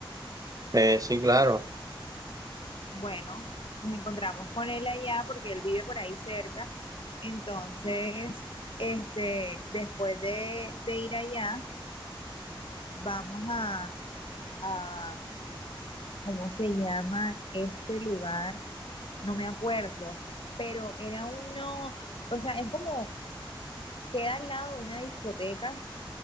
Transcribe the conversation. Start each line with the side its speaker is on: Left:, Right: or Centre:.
Right: Eh, sí, claro.
Left: Bueno, nos encontramos con él allá porque él vive por ahí cerca. Entonces, este, después de, de ir allá, vamos a, a, ¿cómo se llama este lugar? No me acuerdo, pero era uno, o sea, es como, queda al lado de una discoteca